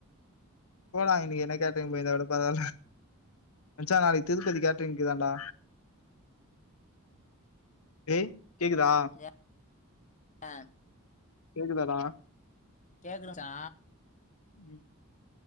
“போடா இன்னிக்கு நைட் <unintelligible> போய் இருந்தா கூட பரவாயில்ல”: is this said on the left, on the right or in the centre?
Left